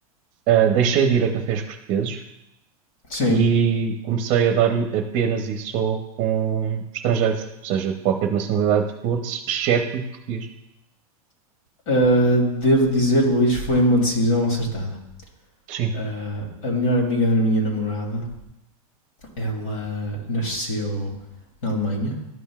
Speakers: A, on the right; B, on the left.
A: ah, deixei de ir a cafés portugueses
B: sim.
A: e comecei a dar-me apenas e só com estrangeiros, seja de qualquer nacionalidade for, exceto português.
B: Ah, devo dizer, Luís, foi uma decisão acertada.
A: Sim.
B: Ah, a melhor amiga da minha namorada, ela nasceu na Alemanha,